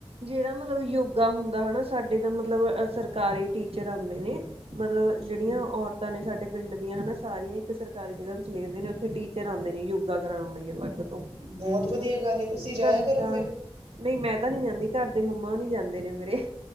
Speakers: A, on the right; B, on the right.
A: ਜਿਹੜਾ ਮਤਲਬ ਨਾ, ਯੋਗਾ ਹੁੰਦਾ ਹਨਾ ਸਾਡੇ ਤਾਂ ਮਤਲਬ ਸਰਕਾਰੀ ਟੀਚਰ, ਆਉਂਦੇ ਨੇ। ਮਤਲਬ ਜਿਹੜੀਆਂ,
B: ਹੂੰ
A: ਔਰ ਤਾ ਨੇ ਸਾਡੇ ਪਿੰਡ ਦੀਆਂ। ਹਨਾ ਸਾਰੀਆਂ ਇੱਕ ਸਰਕਾਰੀ ਜਗਾ ਚਲੀ ਜਾਂਦੀ ਨੇ। ਉੱਥੇ ਟੀਚਰ ਆਉਂਦੇ ਨੇ ਯੋਗਾ ਕਰਉਣ, ਲਈ ਅਲੱਗ ਤੋਂ।
B: ਬੋਤ
A: ਮਤਲਬ
B: ਵਦਿਆ ਗਾਲ ਏ। ਤੁਸੀਂ ਜਾਏਆ
A: ਘੰਟਾ
B: ਕਰੋ ਫੇਰ।
A: ਨਹੀਂ ਮੈਂ, ਤਾਂ ਨੀ ਜਾਂਦੀ। ਘਰ ਦੇ ਮੰਮਾ ਹੋਨੀ ਜਾਂਦੇ ਨੇ ਮੇਰੇ।